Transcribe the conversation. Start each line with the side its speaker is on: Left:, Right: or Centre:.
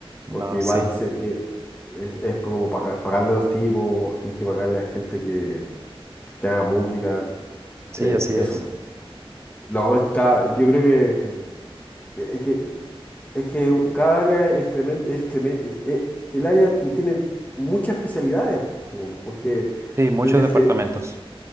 Left: porque
Right: No,
Left: igual
Right: sí,
Left: se entie- es, es como pagar- pagarle a los tipos, tienes que pagarle a gente que, que haga música,
Right: sí,
Left: eh,
Right: así
Left: eso.
Right: es.
Left: No, está, yo creo que e-, es que es que cada área es tremendo, es tremen- es- es- e, el área tiene muchas especialidades, po, porque
Right: Sí, muchos
Left: desde el
Right: departamentos.
Left: te-